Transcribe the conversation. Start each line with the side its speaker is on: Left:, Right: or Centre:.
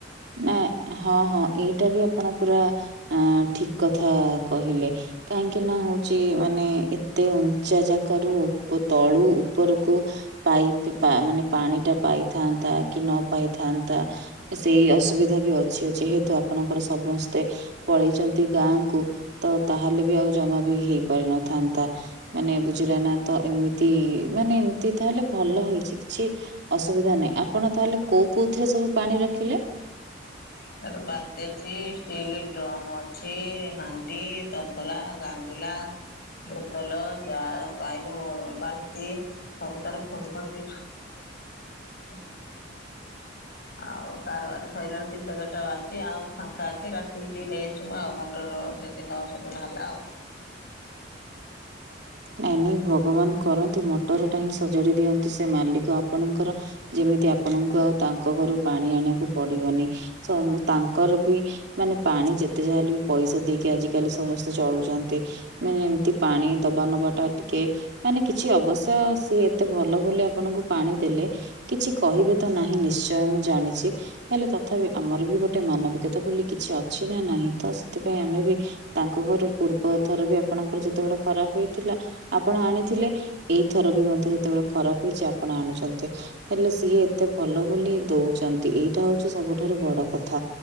Right: ନା -ହଁ -ହଁ ଏଇଟା ବି ଆପଣ ପୁରା ଅ ଠିକ୍ କଥା କହିଲେ କାହିଁକି ନା ହଉଚି ମାନେ ଏ ଏତେ ଉଞ୍ଚା ଜାଗାରୁ ଉପୁ ତଳୁ ଉପରକୁ ପାଇପ୍ ପା-ମାନେ ପାଣି ଟା ପାଇଥାନ୍ତା କି ନ ପାଇଥାନ୍ତା ସେଇ ଅସୁବିଧା ବି ଅଛି ଅଛି ଯେହେତୁ ଆପଣଙ୍କର ସମସ୍ତେ ପଳେଇଚନ୍ତି ଗାଁ କୁ ତ ତାହେଲେ ବି ଆଉ ଜମା ବି ହେଇ ପାରିନଥାନ୍ତା। ମାନେ ବୁଝିଲା ନା ତ ଏମିତି ମାନେ ଏମିତି ତାହେଲେ ଭଲ ହେଇଚି କିଛି ଅସୁବିଧା ନାହିଁ ଆପଣ ତାହେଲେ କଉ କଉଥିରେ ସବୁ ପାଣି ରଖିଲେ?
Left: ତାର ବାଲ୍ଟି ଅଛି ଷ୍ଟିଲ ଡ୍ରମ୍ ଅଛି ହାଣ୍ଡି ତା ତସଲା, ଗାଙ୍ଗୁଲା, ବୁତଲ, ଜା ପାଇନୁ ବାଲ୍ଟି ସବୁ ତାର ଫୁଲ୍ କରିଦେଇଚୁ। ଆଉ କାରବାର ସଇଲାଣି ତିନିଟା ଚାରିଟା ବାଲ୍ଟି ଆଉ ଫାଙ୍କା ଅଛି ରାତିକି ଟିକେ ନେଇ ଆସିବୁ ଆଉ ମ ମଟର ସେଦିନ ଯଦି ନହେଲା ଆଉ।
Right: ନାଇଁ ନାଇଁ ଭଗବାନ କରନ୍ତୁ ମଟର ଟା ହିଁ ସଜାଡ଼ି ଦିଅନ୍ତ୍ ସେ ମାଲିକ ଆପଣଙ୍କର ଯେମିତି ଆପଣଙ୍କୁ ଆଉ ତାଙ୍କ ଘରୁ ପାଣି ଆଣିବାକୁ ପଡିବନି। ସ-ତାଙ୍କର ବି ମାନେ ପାଣି ଯେତେ ଯାହା ହେଲେ ବି ପଇସା ଦେଇକି ଆଜିକାଲି ସମସ୍ତେ ଚଳୁଚନ୍ତି ମାନେ ଏମତି ପାଣି ଦବା ନବା ଟା ଟିକେ ମାନେ କିଛି ଅବଶ୍ୟ ସିଏ ଏତେ ଭଲ ବୋଲି ଆପଣଙ୍କୁ ପାଣି ଦେଲେ କିଛି କହିବେ ତ ନାହିଁ ନିଶ୍ଚୟ ମୁଁ ଜାଣିଚି ହେଲେ ତଥାପି ଆମର ବି ଗୋଟେ ମାନବିକତା ବୋଲି କିଛି ଅଛି ନା ନାହିଁ ତ ସେଥିପାଇଁ ଆମେ ବି ତାଙ୍କ ଘର ପୂର୍ବ ଥର ବି ଆପଣଙ୍କର ଯେତେବେଳେ ଖରାପ ହେଇ ଥିଲା ଆପଣ ଆଣିଥିଲେ ଏଇଥର ବି ମଧ୍ୟ ଯେତେବେଳେ ଖରାପ ହେଇଚି ଆପଣ ଆଣୁଚନ୍ତି। ହେଲେ ସିଏ ଏତେ ଭଲ ବୋଲି ଦଉଚନ୍ତି ଏଇଟା ହଉଚି ସବୁଠାରୁ ବଡ କଥା।